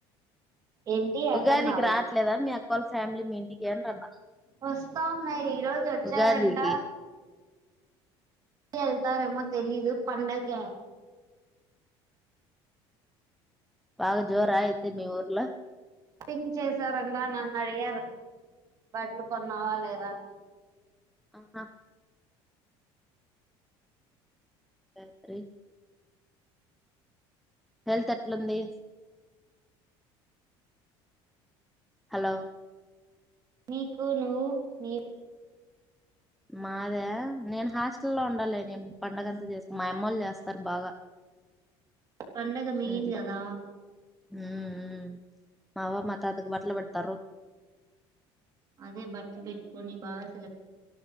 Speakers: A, on the right; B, in the centre.
A: ఏంటి
B: ఉగాదికి
A: అర్థం కాల
B: రాట్లేదా మీ అ వాళ్ళ ఫ్యామిలీ మీ ఇంటికి అంటున్న
A: వస్తా అన్నాయి ఈ రోజు వచ్చారంట
B: ఉగాదికి
A: వెళ్తారేమో తెలీదు పండగ
B: బాగా జోర అయితే మీ ఊర్ల
A: పింగ్ చేసారందా నన్నడి గారు బట్లు కొన్నా వా లేదా అని
B: అహా గాయత్రీ హెల్త్ ఎట్లుంది హలో
A: నీకు నువ్వు నీ
B: మాదా నేను హాస్టల్ లో ఉండాలే నే పండుగంతా చేస్తా మా అమ్మోళ్ళు చేస్ తర్ బాగా
A: పండగ మెయిన్
B: ఇంట్ల
A: కదా
B: హ్మ్ మా అవ్వ మాతా అందరికి బట్లు పెడతారు
A: అదే బట్టలు పెట్టుకని బా సెల